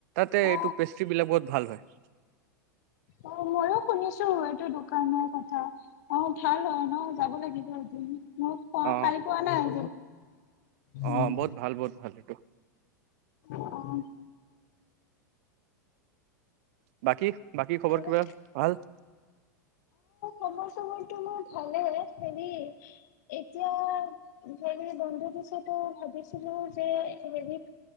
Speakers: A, on the right; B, on the left.
A: তে
B: অ
A: এইটো পেষ্ট্ৰ্ৰ বিলাক বহুত ভাল হয়।
B: অ' ময়ো শুনিছোঁ, এইটো দোকানৰ কথা। অ' ভাল হয় ন? যাব লাগিল। আজি আমি মোক প,
A: অ
B: কালি পোৱা নাই, <unintelligible> <inaudible>
A: অ
B: উম।
A: বহুত ভাল বহুত ভাল এইটো
B: অ'।
A: বাকী, বাকী খবৰ
B: অ
A: কিবা, ভাল?
B: সেইবোৰ চাগৈ টো মোৰ ভালেই, হেৰি। এতিয়া হেৰি বন্ধু পিছতো, ভাবিছিলোঁ যে, হেৰি